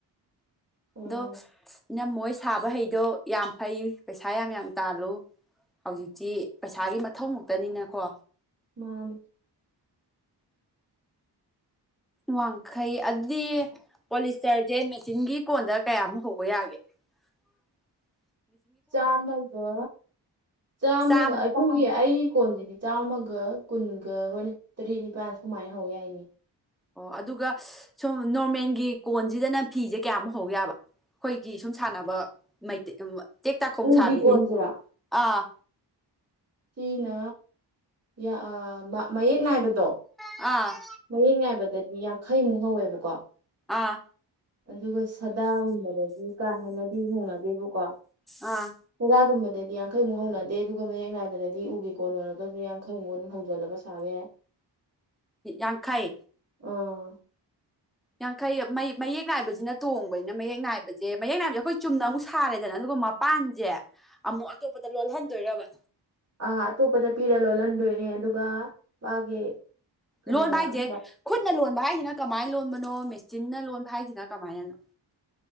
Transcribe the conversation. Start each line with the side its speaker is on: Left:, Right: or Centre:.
Right: ꯑꯣ
Centre: ꯗꯣ ꯏꯅꯝꯃꯍꯣꯏ ꯁꯥꯕ ꯍꯩꯗꯣ ꯌꯥꯝ ꯐꯩ ꯄꯩꯁꯥ ꯌꯥꯝ ꯌꯥꯝ ꯇꯥꯜꯂꯨ ꯍꯧꯖꯤꯛꯇꯤ ꯄꯩꯁꯥꯒꯤ ꯃꯊꯧ ꯃꯥꯛꯇꯅꯤꯅꯀꯣ
Right: ꯃꯥꯥꯅꯦ
Centre: ꯋꯥꯡꯈꯩ ꯑꯗꯨꯗꯤ ꯄꯣꯂꯤꯁꯇꯔꯖꯦ ꯃꯦꯆꯤꯟꯒꯤ ꯀꯣꯟꯗ ꯀꯌꯥꯃꯨꯛ ꯍꯧꯕ ꯌꯥꯒꯦ ꯎꯝ
Right: ꯆꯥꯃꯒ ꯆꯥꯃꯒ
Centre: ꯆꯥꯝꯃ
Right: ꯑꯩ ꯑꯩ ꯑꯩꯒꯤ ꯀꯣꯟꯒꯤꯗꯤ ꯆꯥꯝꯃꯒ ꯀꯨꯟꯒ ꯍꯣꯏ ꯇꯔꯦꯠ ꯅꯤꯄꯥꯜ ꯁꯨꯃꯥꯏꯅ ꯍꯧ ꯌꯥꯏꯖꯦ
Centre: ꯑꯣ ꯑꯗꯨꯒ ꯅꯣꯔꯃꯦꯜꯒꯤ ꯀꯣꯟꯁꯤꯗꯅ ꯐꯤꯖꯦ ꯀꯌꯥꯃꯨꯛ ꯍꯧ ꯌꯥꯕ ꯑꯩꯈꯣꯏꯒꯤ ꯁꯨꯝ ꯁꯥꯟꯅꯕ ꯃꯩ ꯇꯦꯛꯇꯥꯈꯣꯡ
Right: ꯎꯒꯤ
Centre: ꯁꯥꯕꯤꯗꯤ
Right: ꯀꯣꯟꯁꯤꯔꯥ
Centre: ꯑꯥ
Right: ꯁꯤꯅ ꯌ ꯑ ꯃꯌꯦꯛ ꯅꯥꯏꯕꯗꯣ
Centre: ꯑꯥ
Right: ꯃꯌꯦꯛ ꯅꯥꯏꯕꯗꯗꯤ ꯌꯥꯡꯈꯩꯃꯨꯛ ꯍꯧꯋꯦꯕꯀꯣ
Centre: ꯑꯥ
Right: ꯑꯗꯨꯒ ꯁꯥꯗꯥꯒꯨꯡꯕꯗꯗꯤ ꯀꯥ ꯍꯦꯟꯅꯗꯤ ꯍꯣꯡꯅꯗꯦꯕꯀꯣ
Centre: ꯑꯥ
Right: ꯁꯗꯥꯥꯒꯨꯝꯕꯗꯗꯤ ꯌꯥꯡꯈꯩꯃꯨꯛ ꯍꯧꯅꯗꯦ ꯑꯗꯨꯒ ꯃꯌꯦꯛ ꯅꯥꯏꯕꯗꯗꯤ ꯎꯒꯤ ꯀꯣꯟ ꯑꯣꯏꯔꯒꯗꯤ ꯌꯥꯡꯈꯩ ꯃꯨꯛ ꯑꯗꯨꯝ ꯍꯧꯖꯤꯜꯂꯒ ꯁꯥꯕ ꯌꯥꯏ
Centre: ꯌꯥꯡꯈꯩ
Right: ꯑꯣ
Centre: ꯌꯥꯡꯈꯩ ꯃꯩ ꯃꯌꯦꯛ ꯅꯥꯏꯕꯖꯤꯅ ꯇꯣꯡꯕꯅꯤꯅ ꯃꯌꯦꯛ ꯅꯥꯏꯕꯖꯦ ꯃꯌꯦꯛ ꯅꯥꯏꯕꯖꯦ ꯑꯩꯈꯣꯏ ꯆꯨꯝꯅ ꯑꯃꯨꯛ ꯁꯥꯔꯦꯗꯅ ꯑꯗꯨꯒ ꯃ ꯄꯥꯟꯖꯦ ꯑꯃꯨꯛ ꯑꯇꯣꯞꯄꯗ ꯂꯣꯜꯍꯟꯗꯣꯏꯔꯕ
Right: ꯑꯥ ꯑꯇꯣꯞꯄꯗ ꯄꯤꯔ ꯂꯣꯜꯍꯟꯗꯣꯏꯅꯦ ꯑꯗꯨꯒ ꯃꯥꯒꯤ ꯑ
Centre: ꯂꯣꯟꯕ ꯍꯥꯏꯖꯦ ꯈꯨꯠꯅ ꯂꯣꯟꯕ ꯍꯥꯏꯖꯤꯅ ꯀꯃꯥꯏꯅ ꯂꯣꯟꯕꯅꯣ ꯃꯦꯆꯤꯟꯅ ꯂꯣꯟꯕ ꯍꯥꯏꯖꯤꯅ ꯀꯃꯥꯏꯅꯅꯣ